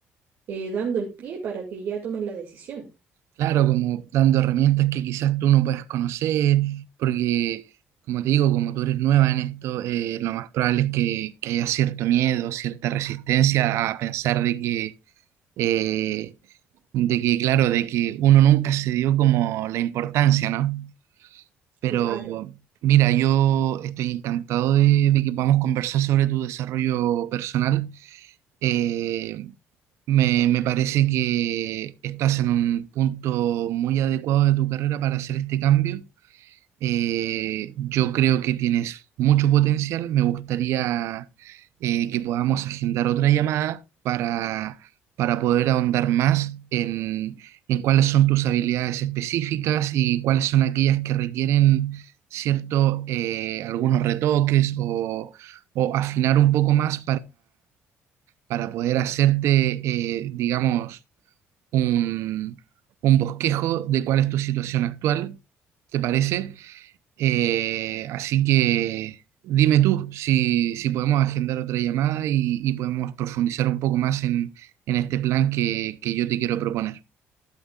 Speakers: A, on the right; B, on the right.
A: eh, dando el pie para que ya tomes la decisión.
B: Claro, como dando herramientas que quizás tú no puedas conocer, porque como te digo, como tú eres nueva en esto, eh, lo más probable es que, que haya cierto miedo, cierta resistencia a pensar de que, eh, de que, claro, de que uno nunca se dio como la importancia, ¿no? Pero
A: Claro.
B: mira, yo estoy encantado de, de que podamos conversar sobre tu desarrollo personal. Eh, me, me parece que estás en un punto muy adecuado de tu carrera para hacer este cambio. Eh, yo creo que tienes mucho potencial. Me gustaría eh, que podamos agendar otra llamada para, para poder ahondar más en, en cuáles son tus habilidades específicas y cuáles son aquellas que requieren cierto, eh, algunos retoques o, o afinar un poco más para poder hacerte, eh, digamos, un, un bosquejo de cuál es tu situación actual, ¿te parece? Eh, así que dime tú si, si podemos agendar otra llamada y, y podemos profundizar un poco más en, en este plan que, que yo te quiero proponer.